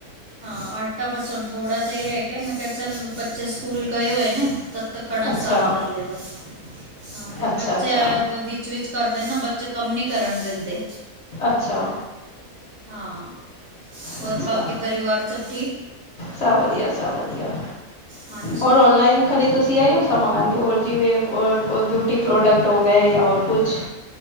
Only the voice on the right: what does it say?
ਹਾਂ, ਆਟਾ ਬਸ ਹੋਨ ਥੋੜਾ ਜੇਆ ਈ ਰੈ ਗਿਆ, ਮੈਂ ਕੇਯਾ ਚਲ ਬੱਚੇ ਸਕੂਲ ਗਏ ਹੋਏ ਨੇ ਤਾਂ ਕਣਕ
ਸਾਫ ਕਰ ਲੇਵਾ ਹਾਂ, ਫੇਰ
ਬੱਚੇ
ਆਏ ਹੋਏ ਵੀ ਵਿਚ ਕਰਦੇ ਨਾ, ਬੱਚੇ ਕੰਮ ਨੀ ਕਰਨ ਦਿੰਦੇ
ਹਾਂ, ਹੋਰ
ਬਾਕੀ ਪਰਿਵਾਰ ਸਭ ਠੀਕ?
ਹਾਂਜੀ